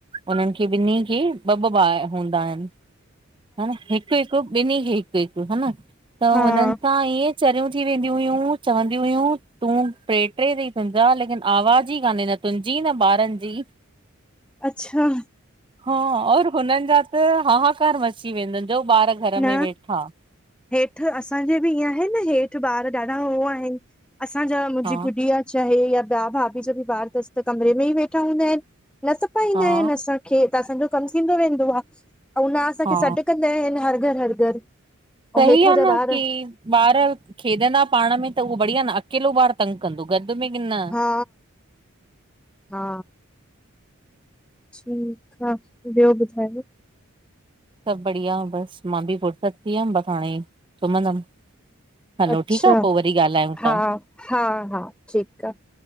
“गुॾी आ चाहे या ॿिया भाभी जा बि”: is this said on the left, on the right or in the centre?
Centre